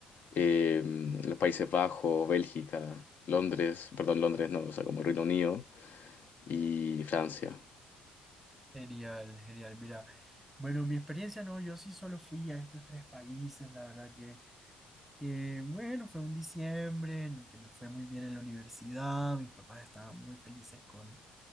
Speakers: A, on the left; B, in the centre.
A: eh, los Países Bajos, Bélgica, Londres, perdón, Londres no, o sea, como Reino Unido y Francia.
B: Genial, genial. Mira, bueno, mi experiencia no, yo sí solo fui a estos tres países, la verdad que, que bueno, fue un diciembre en el que me fue muy bien en la universidad, mis papás estaban muy felices con,